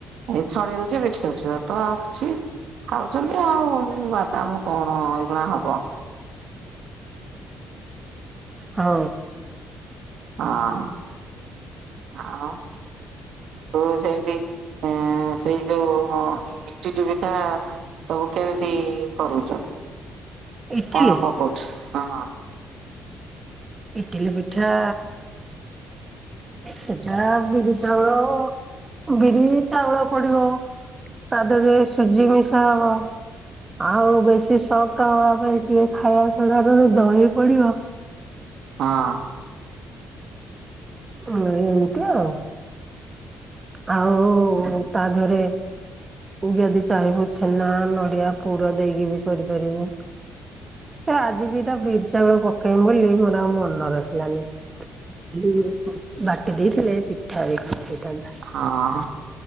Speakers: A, on the right (about 70°); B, on the right (about 25°).
A: ଏଇ ଛଡେଇ ଦଉଛି ମିକ୍ସଚର ଫିକସର ତ ଆସୁଛି। ଖାଉଛନ୍ତି ଆଉ ବାଦାମ କଣ ଏଇଖୁଣା ହବ।
B: ହଉ।
A: ହଁ ହ। ତ ସେମିତି ଏ ସେଇ ଯୋଉ ଇଟିଲି ପିଠା ସବୁ କେମିତି କରୁଛ
B: ଇଟିଲି
A: କଣ ପକଉଛୁ ହଁ।
B: ଇଟିଲି ପିଠା। ସେଟା ବିରି ଚାଉଳ ବିରି ଚାଉଳ ପଡିବ ତା ଦେହରେ ସୁଜି ମିଶା ହବ। ଆଉ ବେଶୀ ସଫ୍ଟ ହବା ପାଇଁ ଟିକେ ଖାଇବାସୋଡ଼ାରେ ଦହି ପଡିବ।
A: ହଁ।
B: ହଁ ଏମିତି ଆଉ। ଆଉ ତା ଦେହରେ ଯଦି ଚାହିଁବୁ ଛେନା ନଡିଆ ପୁର ଦେଇକି ବି କରିପାରିବୁ। ହେ ଆଜି ଦିଟା ବିଟ୍ ଚାଉଳ ପକେଇମି ବୋଲି ମୋର ଆଉ ମନର ରହିଲାନି। ହ ବାଟି ଦେଇଥିଲେ ପିଠା ଦି ଟା ହେଇଥାନ୍ତା।
A: ହଁ।